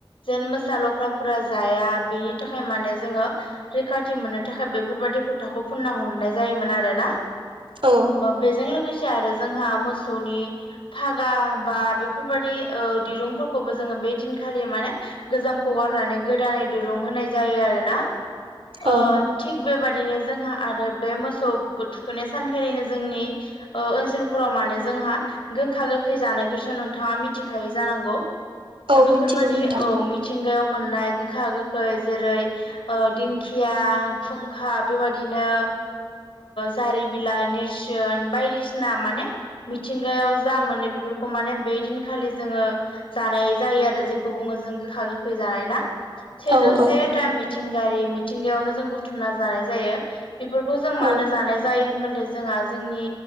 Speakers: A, on the left (about 90°); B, on the right (about 80°).
A: जेन मोसा लख्राफोरा जाया बेनि थाखाय माने जोङो। रैखाथि मोननो थाखाय बेफोरबादि फुथाखौ फुनना हरनाय जायोमोन आरोना।
B: औ
A: बेजों लोगोसे आरो जोंहा मोसौनि फागा बा बेफोरबायदि ओ दिरुंफोरखौबो जोङो बे दिनखालि माने गोजामखौ गारनानै गोदानै दुरुं होनाय जायो आरोना। ओ
B: औ
A: थिग बेबादिनो जोंहा आरो बे मोसौ थुखैनाय सानखालिनो जोंनि ओ ओनसोलफोराव मानो जोंहा गोखा गोखै जानायखौसो नोंथाङा मिथिखायोै जानांगौ।
B: औ
A: बेफोरबाददि
B: मिथिगौ नोंथां
A: औ मिथिंगायाव मोन मोननाय गोखा गोखै जेरै ओ दिंखिया खुंखा बेबाददिनो जारि बिलाइ नेरसोन बायदिसिना माने मिथिंगायाव जा मोनो बेफोरखौ माने बे दिनखालि जोङो जा नाय जायो आरो जेखौ बुङो जों गोखा गोखै जानाय ना सेजौ
B: औ
A: सेथा
B: औ
A: मिथिंगारि मिथिंगायावनो जों बुथुमना जानाय जायो बेफोरखौ जों मानो
B: औ
A: जानाय जायो होनबथाय जोंहा जोंनि